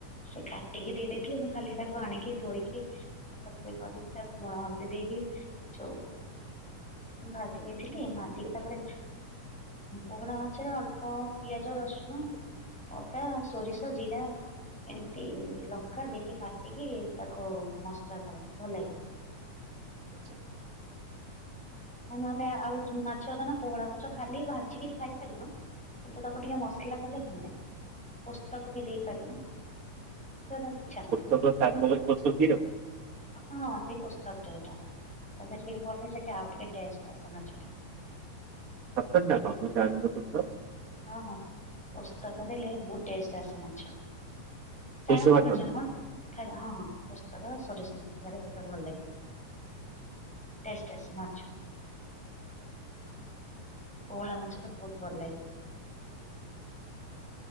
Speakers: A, in the centre; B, on the right (about 60°).
A: ସେ କାଟିକି ଦେଇେଇଥିଲେ ମୁଁ ଖାଲି ତାକୁ ଆଣିକି ଧୋଇକି ସଫାସଫେଇ କରିକି ତାକୁ ଲୁଣ ହଳଦୀ ଦେଇକି କି ଯୋଉଁ
B: <unintelligible>
A: ଭାଜି ଦେଇଥିଲି ଭାଜିକି ତାପରେ ପହଳା ମାଛରେ ଅଳ୍ପ ପିଆଜ ରସୁଣ
B: <unintelligible>
A: ଅଦା ସୋରିଷ ଜିରା ଏମତି ଲଙ୍କା ଦେଇକି ବାଟିକି ତାକୁ ମସଲା କରେ ଭଲ ଲାଗେ।
B: ଆଛା।
A: ନହେଲେ ଆଉ ମାଛ ତ ନା ପୋହଳା ମାଛ ଖାଲି ଭାଜିକି ଖାଇପାରିବ। କିନ୍ତୁ ତାକୁ ଟିକେ ମସଲା କଲେ ଭଲ ଲାଗେ ପୋସ୍ତକ ବି ଦେଇପାରିବ। <inaudible>
B: ତମର ଚାରୁମଗଜ <inaudible> ଦିଅ?
A: ହଁ ହଁ <inaudible> ତା ଦେହରେ ପଡିଲେ ସେ ଆଉ ଟିକେ ଟେଷ୍ଟ ଆସେ ମାଛ ଟା।
B: ସତେନା କଣ ମୁଁ ଜାଣିନଥିଲି ତ।
A: ହଁ ହଁ ପୋସ୍ତକ ଦେଲେ ବହୁତ ଟେଷ୍ଟ ଆସେ ମାଛ। ଚାରୁମଗଜ
B: ଦୋଷ ବାଟନି।
A: ନୁହଁ ଖାଲି ହଁ ହଁ। ପୋସ୍ତକ ସୋରିଷ ମସଲା ରେ ଦେଲେ ଭଲ ଲାଗେ। ଟେଷ୍ଟ ଆସେ ମାଛ। ପୋହଳା ମାଛ ଟା ବୋଉତୁ ଭଲ ଲାଗେ।
B: <unintelligible>